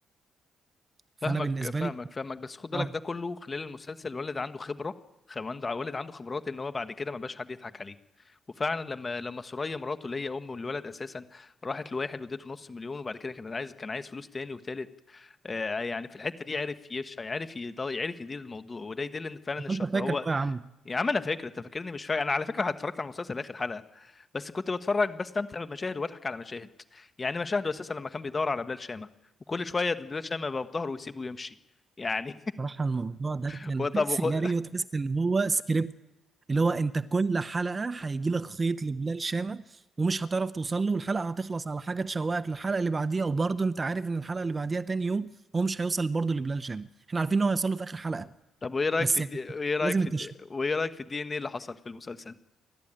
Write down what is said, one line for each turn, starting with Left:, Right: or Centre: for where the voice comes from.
Right: فانا
Left: فاهمك
Right: بالنسبة
Left: فاهمك
Right: لي
Left: فاهمك بس خد بالك
Right: اه
Left: ده كله خلال المسلسل الولد عنده خبره خمان الولد عنده خبرات ان هو بعد كده ما بقاش حد يضحك عليه وفعلا لما لما سوريا مراته اللي هي ام الولد اساسا راحت لواحد واديته نص مليون وبعد كده كان عايز كان عايز فلوس تاني وتالت آه يعني في الحته دي عرف يش يعرف يض- يعرف يدير الموضوع وده يدل ان فعلا الشخص
Right: انت فاكر
Left: هو
Right: بقى يا عم
Left: يا عم انا فاكر انت فاكرني مش فاكر انا على فكره اتفرجت على المسلسل اخر حلقه بس كنت بتفرج بستمتع بالمشاهد وبضحك على مشاهد يعني مشاهده اساسا لما كان بيدور على بلال شامه وكل شويه بلال شامه يبقى في ظهره ويسيبه ويمشي يعني
Right: صراحة الموضوع ده كان
Left: <laughs> وطب
Right: <laughs> سيناريو
Left: وخ... <laughs>
Right: تحس ان هو سكريبت اللي هو انت كل حلقة هيجي لك خيط لبلال شامة ومش هتعرف توصل له والحلقة هتخلص على حاجة تشوقك للحلقة اللي بعديها وبرضه انت عارف ان الحلقة اللي بعديها تاني يوم هو مش هيوصل برضه لبلال شامة احنا عارفين ان هو هيوصل له في اخر حلقة
Left: طب وايه رايك
Right: بس
Left: في الدي...
Right: يعني
Left: وايه رايك
Right: لازم
Left: في
Right: التشويق
Left: الدي... وايه رايك في الدي ان ايه اللي حصل في المسلسل